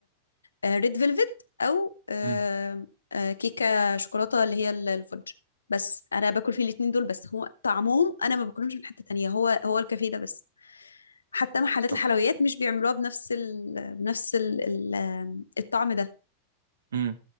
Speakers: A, on the left (about 75°); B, on the right (about 65°).
A: ريد فيلفت او آه،
B: مم.
A: آه، كيكه شوكولاته اللي هي ال- الفudge بس انا باكل فيه الاتنين دول بس هو طعمهم انا ما باكلهمش من حته تانية هو هو الكافيه ده بس حتى محلات
B: طب
A: الحلويات مش بيعملوها بنفس ال... بنفس ال... ال... الطعم ده
B: مم.